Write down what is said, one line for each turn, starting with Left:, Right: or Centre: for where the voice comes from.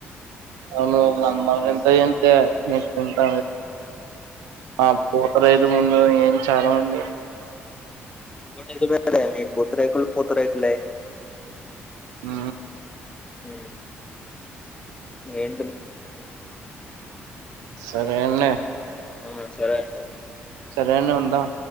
Right: అవును వంద మంది ఎంత ఆ పో ఎరైదు ముందు ఏం చలవండి
Left: అది కూడా నిజమే లే మీ పూతరేకులు పూతరేకులే
Right: ఆ
Left: నువ్వు ఏం
Right: సరే అండి
Left: ఉమ్ సరే అండి
Right: సరేనా ఉందాం